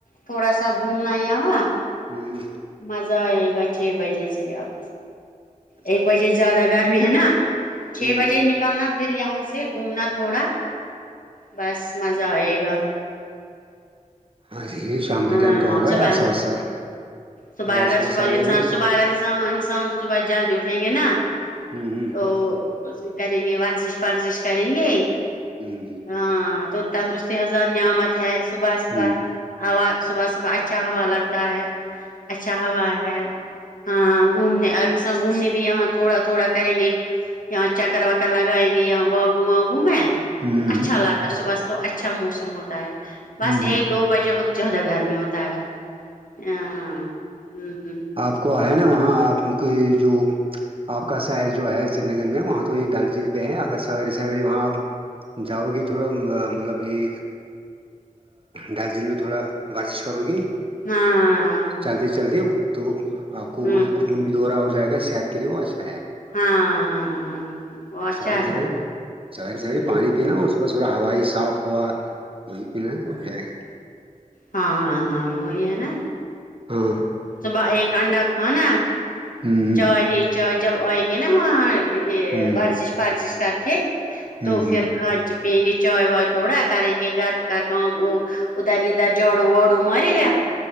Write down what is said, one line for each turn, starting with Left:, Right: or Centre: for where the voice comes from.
Left: تھوڑا سا گھومنا یہاں
Right: ہوں
Left: مزا ہے ایگا چھ بجے سے اب
Right: اچھا
Left: ایک
Right: اچھا
Left: بجے زیادہ گرمی ہے نا چھ
Right: ہ
Left: بجےک نکلنا پھر یہاں سے گھومنا تھوڑا بس مزہ آئے گا
Right: ہاں جی شام کے
Left: ہاں
Right: ٹائم تو ہوگا
Left: ہم
Right: یا
Left: ب
Right: صبح سے
Left: تو بہ
Right: یا
Left: اگار
Right: صبح
Left: ص
Right: سویرے
Left: بہ سج ص بہ اگار <unintelligible> انساں انسان صبح جلدی اٹھیں گے نا
Right: ہوں ہوں
Left: تو کریں گے ورزش ورزش کریں گے
Right: ہوں
Left: ہاں تو تندرستی حضار نعمت ہے صبح صبح
Right: ہ
Left: ہوا صبح صبح اچھا ہوا لگتا ہے اچھا ہوا ہے ہاں گھومنے گھومنے بھی یہاں تھوڑا تھوڑا کریں گے ایک یہاں چکر وکر لگائیں گے یہاں باگوا گو میں
Right: ہوں
Left: تو اچھا
Right: ہ
Left: لگتا صبح تو اچھا موسم ہوتا ہے بس
Right: ہ
Left: ایک دو بجے ہوتا جودہ گھر میں ہوتا ہے ہ ہوں
Right: آپ کو ہے نا وہاں آپ کی جو آپ کا شر جو ہے چنڈی گگرڑ میں وہاں تو یہ ڈال جل پہ ہے اگر سوے سو وہاں آپ جاؤگے تھڑا مطلب یہ ڈالچین میں تھوڑا ورزش کرو گی
Left: ہاں
Right: چلتے چلتے تو آپ کو
Left: ہاں
Right: وہ خون بھی دوہورا ہو جائے گا صحت کے لیے وہ اچھا ہے
Left: ہاں ہاں ہاں وہ اچھا
Right: سیر سویرے
Left: ہے
Right: سہیر سہاریے
Left: ہ
Right: پانی پینا اور چ پوورا ہوائی صف ہوا وہی پینا ہےب جائے گا
Left: ہاں ہاں ہاں وہ یہ ہے نا
Right: ہاں
Left: صبح ایک انڈا کھانا
Right: ہ
Left: چائے نی چائے جب آئیں گے نا وہاں یہ
Right: ہ ہ
Left: ورزش پرورزش کر کے
Right: ہ ہ
Left: تو
Right: ہ ہ
Left: پھر کان چ پینئن گ چائے وائے تھوڑا کر گ کہ گھر کام وہ ادھر ادھر جاڑو واڑو مارے گیا